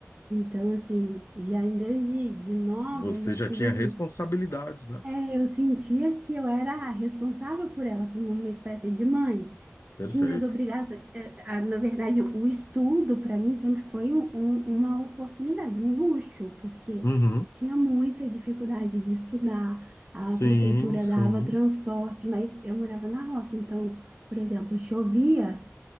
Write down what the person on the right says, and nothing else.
Então, assim, já em desde de nova,
eu já
tive
assim,
é, eu sentia que eu era responsável por ela, como uma espécie de mãe.
Tinha as obrigações, é, a- na verdade, o estudo para mim sempre foi um- um- uma oportunidade, um luxo, porque
tinha muita dificuldade de estudar, a
prefeitura
dava transporte, mas eu morava na roça, então, por exemplo, chovia